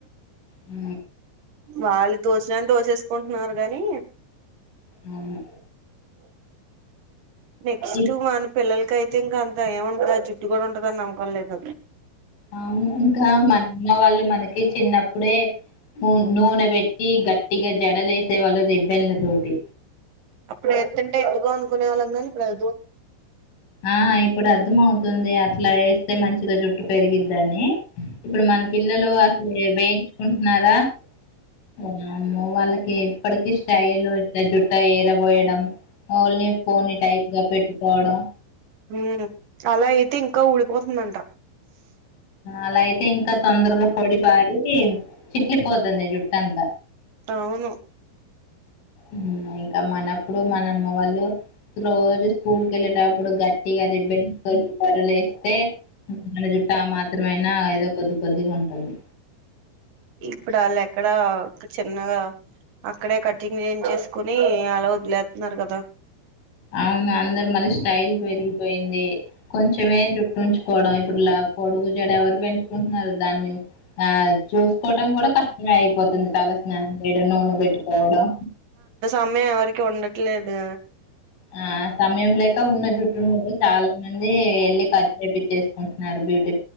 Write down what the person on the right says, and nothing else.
వాళ్ళు తోచినన్ని తోచేసుకుంటున్నారు గానీ
నెక్స్ట్
మను పిల్లలకైతే ఇంకా అంత ఏం ఉంటది ఆ జుట్టు కూడా ఉంటదని నమ్మకం లేదు
అప్పుడే ఎత్తుంటే ఎందుగో అనుకునే వాళ్ళం కానీ ఇప్పుడు <inaudible>
ఊ అలా అయితే ఇంకా ఊడిపోతుందంట
అవును
ఇప్పుడు ఆళ్ళు ఎక్కడా చిన్నగా అక్కడే కటింగ్ చేయించేసుకొని అలా వదిలేత్తున్నారు కదా
అమ్మే ఎవరికీ ఉండట్లేదు